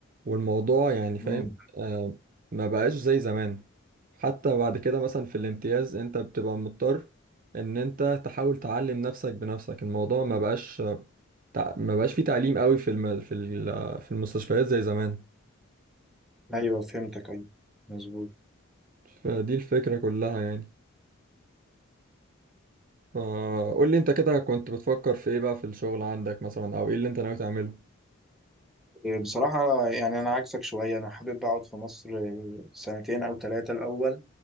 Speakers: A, on the right; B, in the centre.
A: والموضوع يعني فاهم
B: امم
A: آه ما بقاش زي زمان حتى بعد كده مثلا في الامتياز انت بتبقى مضطر ان انت تحاول تعلم نفسك بنفسك الموضوع ما بقاش تع... ما بقاش فيه تعليم قوي في الم... في ال... في المستشفيات زي زمان
B: ايوه فهمتك ايوه مظبوط
A: فدي الفكرة كلها يعني فقول لي انت كده كنت بتفكر في ايه بقى في الشغل عندك مثلا او ايه اللي انت ناوي تعمله
B: إيه، بصراحة يعني أنا عكسك شوية أنا حابب أقعد في مصر إيه، سنتين أو ثلاثة الأول